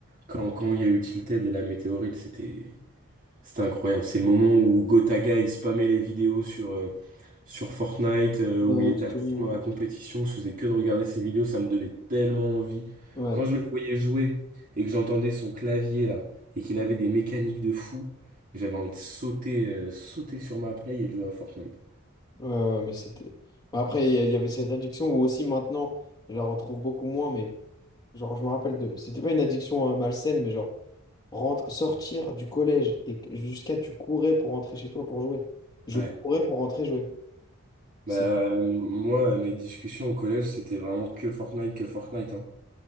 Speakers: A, on the right; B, on the left.
A: Quand, quand il y a eu Tilted et la météorite, c'était. C'était incroyable. C'est le moment où Gotaga, il spammait les vidéos sur, euh, sur Fortnite, euh,
B: Nox,
A: où il était à
B: tout
A: fond
B: le monde.
A: dans la compétition. Je faisais que de regarder ses vidéos, ça me donnait tellement envie.
B: Ouais,
A: Quand je le voyais jouer et que j'entendais son clavier, là, et qu'il avait des mécaniques de fou, j'avais envie de sauter, euh, sauter sur ma play et de jouer à Fortnite.
B: ouais, ouais, mais c'était. Bah, Après, il y a- il y avait cette addiction où aussi maintenant, je la retrouve beaucoup moins, mais. Genre, je me rappelle de. C'était pas une addiction euh, malsaine, mais genre, rentre... sortir du collège et que- jusqu'à tu courais pour rentrer chez toi pour jouer. Je
A: Ouais.
B: courais pour rentrer jouer. C'était,
A: Bah, euh, moi, mes discussions au collège, c'était vraiment que Fortnite, que Fortnite, hein.